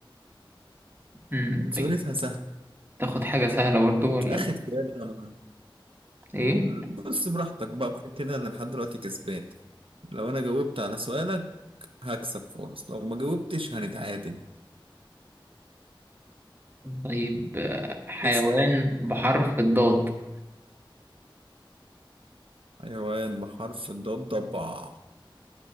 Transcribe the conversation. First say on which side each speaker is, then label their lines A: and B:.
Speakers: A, on the right; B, on the right.
A: مم،
B: سهولتها
A: طيب
B: سهلة
A: تاخد حاجه سهله برضو ولا
B: اخر سؤال أنا-
A: ايه
B: بص براحتك بقى وكده كده انا لحد دلوقتي كسبان لو انا جاوبت على سؤالك هكسب خالص لو ما جاوبتش هنتعادل
A: طيب آه، حيوان
B: اسأل
A: بحرف الضاد
B: حيوان بحرف الضاد ضبع